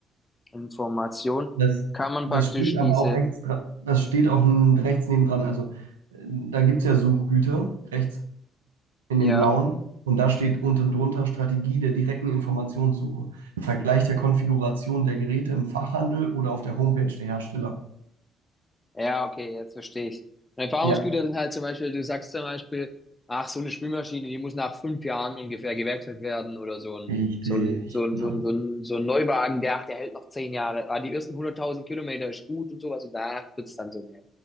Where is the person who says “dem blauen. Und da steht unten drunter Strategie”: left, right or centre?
Right